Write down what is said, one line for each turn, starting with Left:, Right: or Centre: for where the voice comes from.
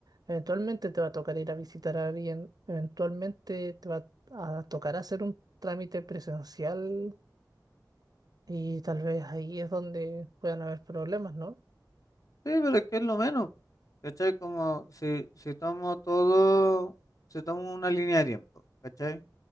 Right: eventualmente te va a tocar ir a visitar a alguien, eventualmente te va a tocar hacer un trámite presencial y tal vez ahí es donde puedan haber problemas, ¿no?
Left: Sí, pero es que es lo menos, ¿cachai? Como si, si tomo todo, si tomo una línea de tiempo, ¿cachai?